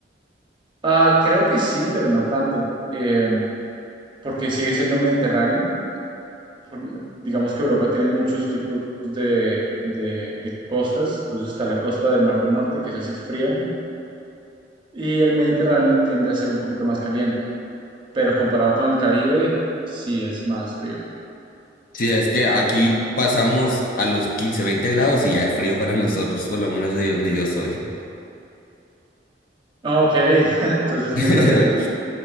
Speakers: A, on the right (about 25°); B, on the left (about 50°).
A: Ah, creo que sí, pero no tanto, eh, porque sigue siendo Mediterráneo. Por- Digamos que Europa tiene muchos tipos de, de- de costas, entonces está la costa del Mar del Norte, que esa sí es fría, y el Mediterráneo tiende a ser un poquito más caliente, pero comparado con el Caribe, sí es más frío.
B: Sí, es que aquí pasamos a los 15 20 grados y ya es frío para nosotros, por lo menos de donde yo soy.
A: Ah, Ok, <laughs> entonces
B: <laughs>
A: es muy caliente.